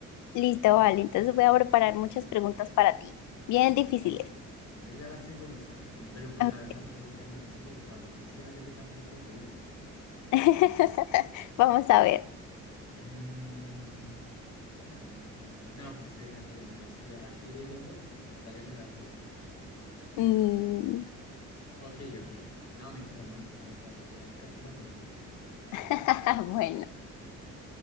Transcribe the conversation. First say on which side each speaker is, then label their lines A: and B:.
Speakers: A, on the left; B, on the left.
A: Listo, vale. Entonces voy a preparar muchas preguntas para ti, bien
B: Listo,
A: difíciles.
B: yo, yo ya las tengo listas. Pero pues
A: Ok.
B: la verdad no sé si sean difíciles o fáciles. Es que no sé qué tanto sepas de Disney. Entonces,
A: <laughs>
B: bueno.
A: Vamos a ver.
B: Mm, hmm, hmm, hmm. No, pero es que hay unas preguntas que aquí leyendo, hasta yo me las sé.
A: Mm,
B: Ok, ok. No, mentira, no, esto está muy fácil. Voy a buscarte las más difíciles.
A: <laughs> Bueno,